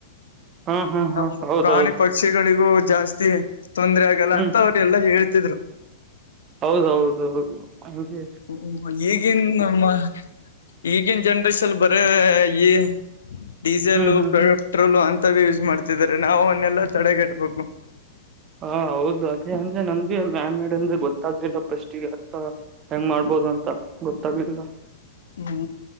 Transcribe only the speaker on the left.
ನಮ್
ಪ್ರಾಣಿ ಪಕ್ಷಿಗಳಿಗೂ ಜಾಸ್ತಿ ತೊಂದರೆ ಆಗಲ್ಲ
ಅಂತ ಅವ್ರ ಎಲ್ಲಾ ಹೇಳ್ತಿದ್ರು.
ಹ್ಮ ಈಗಿನ್ ನಮ್ಮ ಈಗಿನ್ ಜನ್ರಷನ್ ಬರೇ ಇ ಡೀಸೆಲು
ಪೆಟ್ರೋಲು ಅಂತವೆ ಯೂಸ್ ಮಾಡ್ತಿದಿದ್ದಾರೆ ನಾವು ಅವನ್ನೆಲ್ಲಾ ತಡೆಗಟ್ಬೇಕು.
ಹ್ಮ್